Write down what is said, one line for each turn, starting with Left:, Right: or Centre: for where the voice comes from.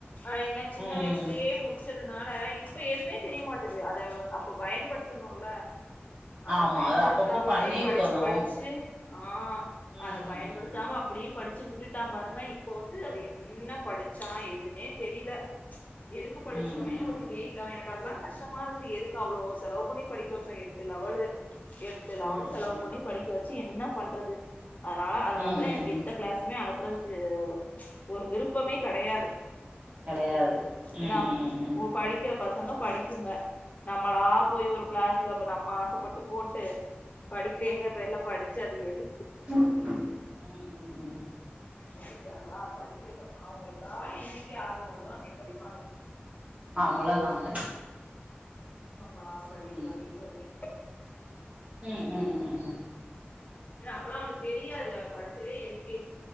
Left: ஆஹ் என்ன சின்ன
Right: ம்
Left: வயசுலயே
Right: ம்
Left: முடிச்சது அதனால இப்ப எதுவுமே தெரியமாட்டுது அத அப்ப பயன்படுத்தணுல அத
Right: ஆமா
Left: பயன்படுத்தாமலே
Right: அது அப்பப்போ பண்ணிருக்கணு
Left: படிச்சு படிச்சு ஆஹ்
Right: ம்
Left: அத
Right: ம்
Left: பயன்படுத்தாம
Right: ம் ம்
Left: அப்டியே படிச்சு விட்டுட்டான் பாருங்க இப்ப வந்து அது என்ன படிச்சான் எதுனே தெரியல எதுக்கு படிச்சோனே
Right: ம் ம் ம்
Left: ஒரு எய் இல்ல எனக்கு அதுல்லான் கஷ்டமா இருக்குது எதுக்கு அவ்ளோ செலவு பண்ணி படிக்க வச்சோம் எட்டு லெவலு எட்டு லேவலு
Right: ம்
Left: செலவு பண்ணி படிக்க வச்சு என்ன பண்றது அதனால அதனால
Right: ம்
Left: தான்
Right: ம்
Left: எனக்கு
Right: ம்
Left: எந்த கிளாஸமே அனுப்புறது க்கு ச் ஒரு விருப்பமே கெடையாது
Right: கிடையாது உம்
Left: ஏன்னா
Right: உம் உம் உம்
Left: படிக்கிற பசங்க படிக்குங்க நம்மளா போய் ஒரு கிளாஸ்ல அப்ப நம்ம ஆசப்பட்டு போட்டு படிக்கிறேங்கிற பேர்லபடிச்சு அது எது
Right: உம் உம் உம் உம் உம்
Left: படிக்காங்களா படிக்க அவங்களுக்கா என்னக்கு ஆர்வ வருதோ அன்னைக்கி படிப்பாங்க
Right: அவ்வள தாங்க
Left: நம்மளா படி
Right: உம்
Left: படி படி
Right: உம் உம் உம் உம் உம்
Left: ஏன்னா அப்பெல்லாம் அவனக்கு தெரியாது அவ படிச்சதே எல் கே